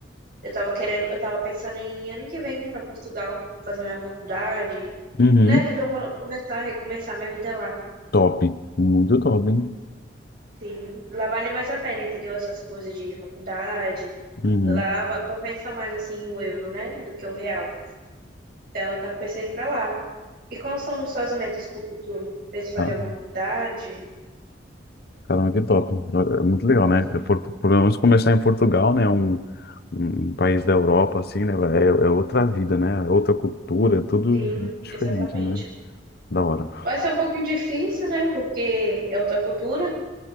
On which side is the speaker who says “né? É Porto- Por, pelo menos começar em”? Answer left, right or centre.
Left